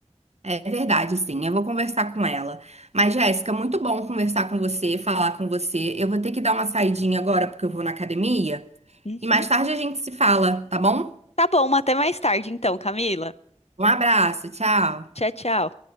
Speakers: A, on the right (about 65°); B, on the left (about 65°).
A: É verdade, sim. Eu vou conversar com ela. Mas, Jéssica, muito bom conversar com você, falar com você. Eu vou ter que dar uma saidinha agora porque eu vou na academia.
B: Uhum.
A: E mais tarde a gente se fala, tá bom?
B: Tá bom, até mais tarde então, Camila.
A: Um abraço, tchau.
B: Tchau, tchau.